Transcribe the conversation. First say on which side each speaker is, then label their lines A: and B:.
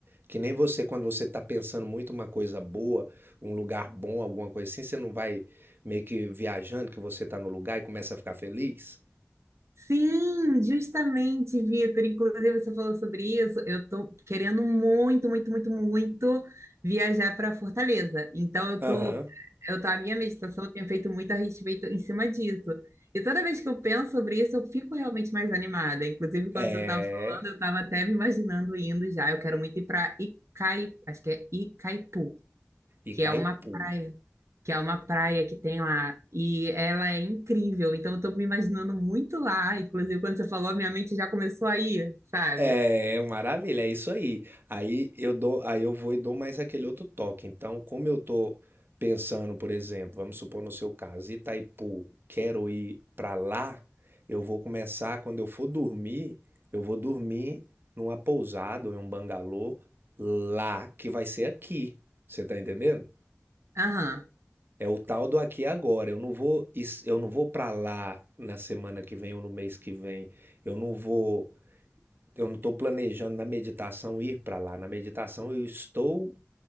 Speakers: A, on the right; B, on the right.
A: Que nem você, quando você tá pensando muito uma coisa boa, um lugar bom, alguma coisa assim, você não vai meio que viajando que você tá no lugar e começa a ficar feliz?
B: Sim, justamente, Vitor. Inclusive, você falou sobre isso. Eu tô querendo muito, muito, muito, muito viajar para Fortaleza. Então, eu
A: Aham.
B: tô, eu tô, a minha meditação eu tenho feito muito a respeito em cima disso. E toda vez que eu penso sobre isso, eu fico realmente mais animada. Inclusive, quando
A: É.
B: você estava falando, eu estava até me imaginando indo já. Eu quero muito ir para Icai, acho que é Icaipu,
A: E
B: que
A: cai
B: é uma
A: puro.
B: praia que é uma praia que tem lá, e ela é incrível, então eu tô me imaginando muito lá, inclusive quando você falou, a minha mente já começou a ir, sabe?
A: É, maravilha, é isso aí. Aí eu dou, aí eu vou e dou mais aquele outro toque. Então, como eu tô pensando, por exemplo, vamos supor no seu caso, Itaipu, quero ir pra lá, eu vou começar quando eu for dormir, eu vou dormir numa pousada ou em um bangalô lá que vai ser aqui. Você tá entendendo?
B: Aham.
A: É o tal do aqui e agora. Eu não vou, is- eu não vou para lá na semana que vem ou no mês que vem. Eu não vou eu não estou planejando na meditação ir para lá. Na meditação eu estou